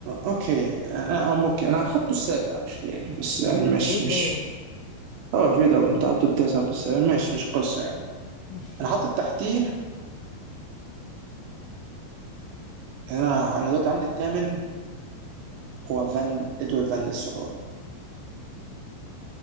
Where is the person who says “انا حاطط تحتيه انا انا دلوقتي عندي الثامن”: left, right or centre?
Right